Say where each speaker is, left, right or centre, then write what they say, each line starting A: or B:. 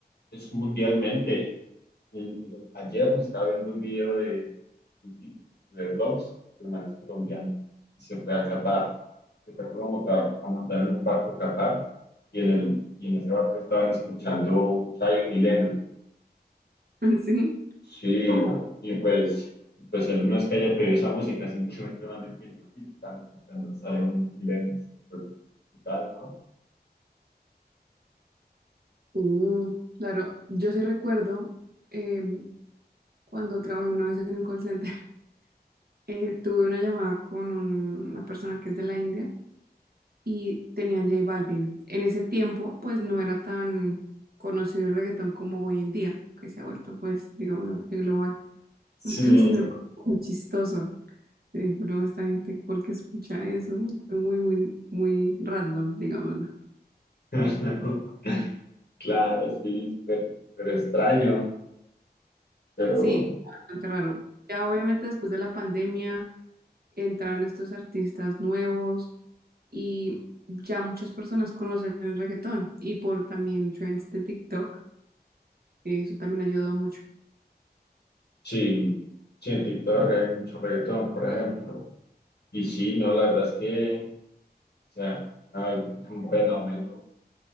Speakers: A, on the left; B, on the right.
A: es mundialmente. El- el- ayer me estaba viendo un video de un tipo de blogs, de man es colombiano, y se fue a Qatar. Se fue como a montar, a montar en un barco a Qatar, y en, el, y en ese barco estaban escuchando Zion y Lennon.
B: <laughs> Sí.
A: Sí, y pues, pues él no es que haya pedido esa música, simplemente más de que yo y están escuchando Zion y Lennon. Entonces, tal, ¿no?
B: Mm, claro, yo sí recuerdo em, cuando trabajé una vez en un call center, <laughs> eh, tuve una llamada con un- una persona que es de la India y tenían J Balvin. En ese tiempo, pues no era tan conocido el reggaetón como hoy en día, que se ha vuelto, pues, digamos, lo que global. <laughs>
A: Sí,
B: Entonces me pareció muy chistoso Sí, pero esta gente, ¿por qué escucha eso? Fue muy, muy, muy random, digámoslo.
A: <laughs> claro, sí, súper súper extraño. Pero
B: Sí, bastante raro. Ya obviamente después de la pandemia entraron estos artistas nuevos y ya muchas personas conocen el reggaetón y por también trends de TikTok, eso también ayudó mucho.
A: sí, sí, en TikTok hay mucho reggaetón, por ejemplo. Y sí, no, la verdad es que, o sea, a ver, es un fenómeno. O